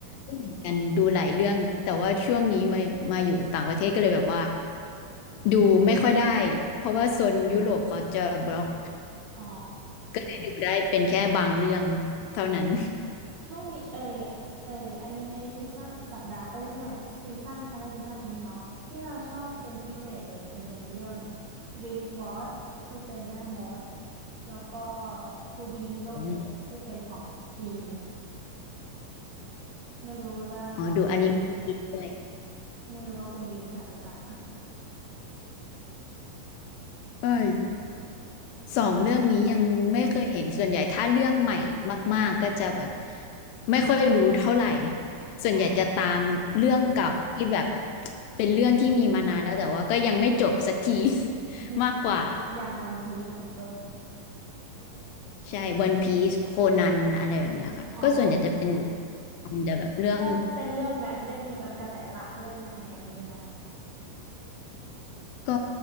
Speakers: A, on the left; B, on the right.
A: ก็เหมือนกันดูหลายเรื่องแต่ว่าช่วงนี้มามาอยู่ต่างประเทศก็เลยแบบว่าดูไม่ค่อยได้เพราะว่าโซนยุโรปเขาจะบล็อก
B: อ๋อ
A: ก็เลยดูได้เป็นแค่บางเรื่องเท่านั้น
B: ช่วงนี้เอยเอยอนิเมะซีซั่นสัปดาห์เอ้ยไม่ใช่ซีซั่นเขาเรียกว่าซีซั่นนี้เนาะที่เราชอบเป็นพิเศษเลยจะมีเรื่อง With w a t ที่เป็นแม่มดแล้วก็ To Be Hero
A: อม
B: X ที่เป็นของจีน ไม่รู้ว่าทางคุณบี
A: อ๋อดูอนิเมะด้วย
B: ไม่รู้ว่าคุณบีรู้จักหรือเปล่า
A: เออสองเรื่องนี้ยังไม่เคยเห็นส่วนใหญ่ถ้าเรื่องใหม่มากๆก็จะแบบไม่ค่อยรู้เท่าไหร่ส่วนใหญ่จะตามเรื่องเก่าที่แบบ
B: <laughs> อ๋อ
A: เป็นเรื่องที่มีมานานแล้วแต่ว่าก็ยังไม่จบสักที <laughs>
B: <laughs>
A: มากกว่า
B: อย่างวันพีซเป็นต้น
A: ใช่ One Piece โคนันอะไรแบบเนี้ยค่ะ
B: อ๋อ
A: ก็ส่วนใหญ่จะเป็นแต่แบบเรื่อง
B: ก็เป็นเรื่องแบบเรื่องแบบกระแสหลักเรื่องแมสแมสนี้ใช่ไหมคะ
A: ก็